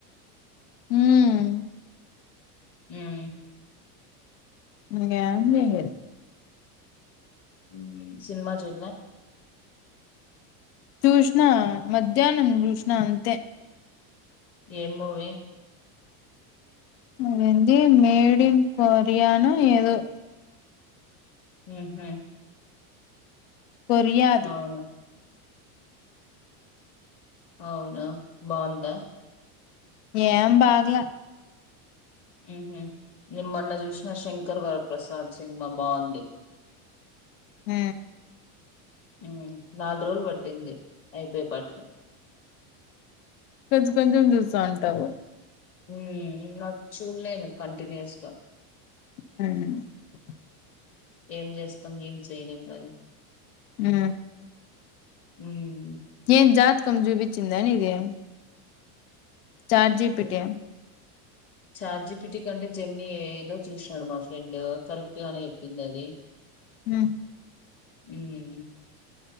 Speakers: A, on the left (about 75°); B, on the left (about 30°).
A: ఉమ్
B: ఉమ్
A: <unintelligible>
B: ఉమ్ సినిమా చూడ్లె
A: చుసిన మధ్యనం చుసిన అంతె
B: ఏం మూవి
A: అదిఏంది మెడిన్ కొరియన్ఒ ఎదొ
B: ఉమ్ హు
A: కొర్యాది
B: అవునా అవునా బావుందా
A: ఏం బాగలే
B: మ్ హ్ నేన్ మొన్న చూశిన శంకర్ వరప్రసాద్ సిన్మా బాగుంది. <inaudible>
A: మ్
B: ఉమ్ నల్రోలు వట్టింది అయిపోయె పాటికె
A: కొంచం కొంచం చూస్తావుంటవు
B: ఉమ్ నాక్ చూడలేను కంటిన్యూస్గా
A: మ్
B: ఏం జేస్తాం ఏం చేయలేం గద
A: మ్
B: ఉమ్
A: ఏన్ జాతకం జూబించిందా నీది చాట్ జి
B: ఇప్పుడు
A: పీ టి
B: చాట్ జిపిటి కంటే జమ్నీ ఏఐ లో చూసినాడు మా ఫ్రెండ్ కరెక్ట్ గానే చెప్పిందది.
A: మ్
B: మ్ మ్